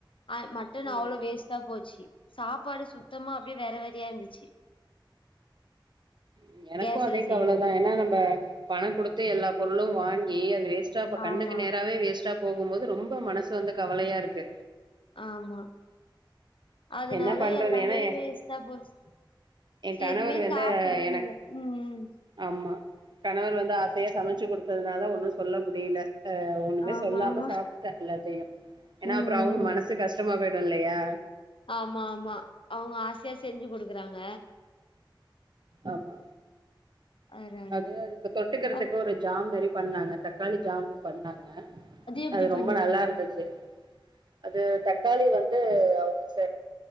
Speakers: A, on the left; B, on the right.
A: ஆ மட்டன்
B: ம்
A: அவ்ளோ வேஸ்ட்டா போச்சி சாப்பாடு சுத்தமா அப்டியே வேற வெதயா இருந்துச்சு
B: ம் எனக்கு
A: கேஸ்ல
B: அதே
A: செய்யவு
B: கவல தா ஏனா நம்ம பண குடுத் தே எல்லா பொருளு வாங்கி அது வேஸ்ட் டா இப்ப கண்ணுக்கு
A: ஆமா
B: நேராவே வேஸ்டா போகும்போது ரொம்ப மனசு வந்து கவலையா இரு க்கு
A: ஆமா அதனால
B: என்னா பண்றது
A: எல்லாமே
B: ஏனா ஏ
A: வேஸ்ட்டா போச்சு
B: கணவர்
A: எதுமே
B: வந்து
A: சாப்புடவே
B: எனக்
A: முல்ல ம் ம்
B: ஆமா கணவர் வந்து ஆசையா சமச்சி குடுத் ததுனால ஒன்னு சொல்ல முடில அ ஒன்னுமே
A: ஆமா
B: சொல்லாம
A: ஆமா
B: சாப்ட்டுட்டே எல்லாத்தையு ஏனா
A: ம்
B: அப்றோ அவங்க
A: ம்
B: மனசு கஷ்டமா பொயிடு இல்லயா
A: ஆமா ஆமா அவங்க ஆசையா செஞ்சு குடுக்குறாங்க
B: ஆமா
A: அதனால
B: அது அதுக்கு தொட்டுக்கிறதுக்கு
A: அப்
B: ஒரு ஜாம் ரெடி பண்ணாங்க தக்காளி ஜாம் பண்ணாங்க
A: எப்டி
B: அது ரொம்ப
A: பண்ணுவீங்க
B: நல்லா இருந்துச்சு அது தக்காளி வந்து அவங்ச